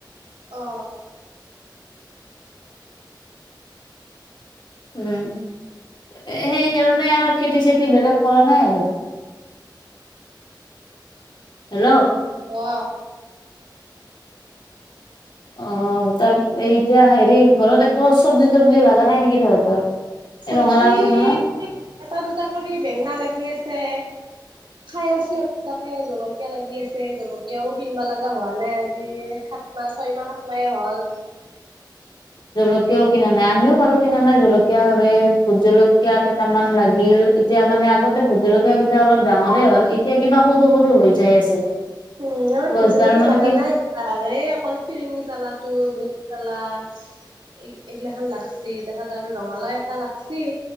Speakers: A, on the right; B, on the left.
A: অঁ।
B: উম। এ সেইকাৰণে আৰু খেতি চেতি বেলেগ কৰা নাই আৰু। হেল্ল।
A: অ।
B: অ, তাৰ এই এতিয়া হেৰি ঘৰত একো চব্জি তবজি লগা নাই নেকি তহঁতৰ? এই
A: চব্জি
B: ৰঙালাও চঙালাও
A: এটা দুটা কৰি বেঙেনা লাগি আছে। খাই আছো, এ তাকে জলকীয়া লাগি আছে জলকীয়াও কিনবা লগা হোৱা নাই আজি। সাত মাহ ছয় মাহ সাত মাহে হ'ল।
B: জলকীয়াও কিনা নাই, আমিও বাৰু কিনা নাই জলকীয়া সেইবাবেই ভোট জলকীয়া কেইটামান লাগিল। এতিয়া মানে আগতে ভোট জলকীয়া কেইটা অলপ ডাঙৰে হ'ল, এতিয়া কিবা সৰু সৰু হৈ যাই আছে।
A: উম আমাৰ
B: গছডাল
A: ভোট জলকীয়া
B: মানে
A: লগা
B: কি
A: নাই, এই অকলে ফিৰিঙি জালাতো জালা এই এইগিলা খান লাগছি, তাৰ পিছত আৰু ৰঙালাও এটা লাগছি।